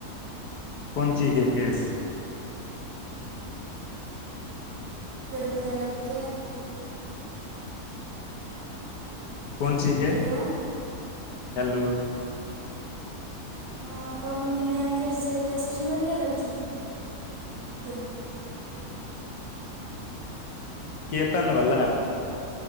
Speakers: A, on the left; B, on the right.
A: कोन चीज के केस
B: ल क लके
A: कोन चीजज
B: हेलो
A: हलू
B: हँ कहलहुँ कि नया केस जे एयलैए से सुनलियै लड़कीक के
A: केतन बला